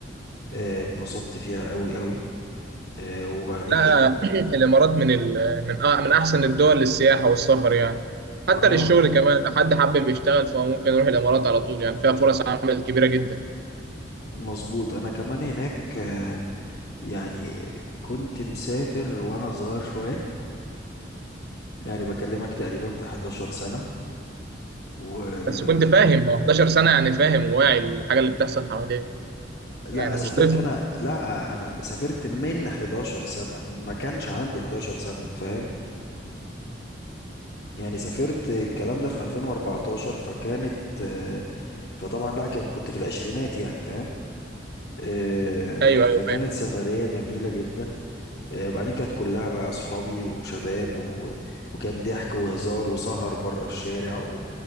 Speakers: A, on the left; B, on the right.
A: آه، اتبسطت فيها قوي قوي وبعدين
B: لا
A: كنت
B: <clears throat> الامارات من ال... من أ... من احسن الدول للسياحه والسفر يعني حتى
A: اه
B: للشغل كمان لو حد حابب يشتغل فهو ممكن يروح الامارات على طول يعني فيها فرص عمل كبيره جدا
A: مظبوط انا كمان هناك آه، يعني كنت مسافر وانا صغير شوية يعني بكلمك تقريبا في 11 سنة و
B: بس كنت فاهم هو 11 سنه يعني فاهم وواعي للحاجه اللي بتحصل حواليك
A: لا
B: يعني
A: سافرت
B: مش طفل
A: انا لا انا سافرت من 11 سنة ما كانش عندي 11 سنة فاهم يعني سافرت الكلام ده في 2014 فكانت آه، فطبعا لا كان كنت في العشرينات يعني فاهم آه،
B: ايوه
A: فكانت
B: ايوه فاهم
A: سفرية جميلة جدا آه، وبعدين كانت كلها بقى أصحابي وشباب و... وكان ضحك وهزار وسهر بره الشارع و...